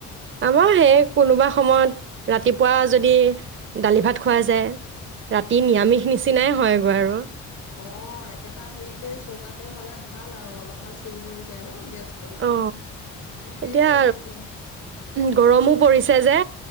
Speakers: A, on the left; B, on the right.
A: উপায়
B: আমাৰ
A: নাই
B: সেই কোনোবা সময়ত ৰাতিপুৱা যদি দালি ভাত খোৱাাই যায় ৰাতি নিৰামিষ নিচিনাই হয় আৰু।
A: অঁ', একেটা হেৰিতে চৌকাতে হলে ভাল আৰু অলপমান চেভ হৈ যায় ন গেছটো।
B: অ
A: সেইটোৱে
B: এতিয়া
A: সেইটোৱে।
B: গৰমো পৰিছে যে